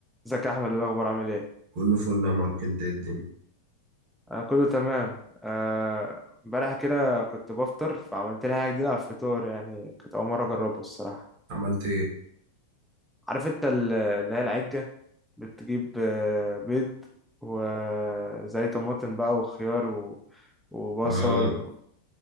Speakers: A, in the centre; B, on the right.
A: ازيك يا احمد إيه الاخبار عامل ايه
B: كله فل يا مارك انت ايه الدنيا
A: انا كله تمام آه، امبارح كده كنت بفطر فعملت لي حاجه جديده على الفطار يعني كنت اول مره اجربها الصراحه
B: عملت ايه
A: عارف انت ال- اللي هي العجه بتجيب آه، بيض وزي طماطم بقى وخيار و... وبصل
B: اه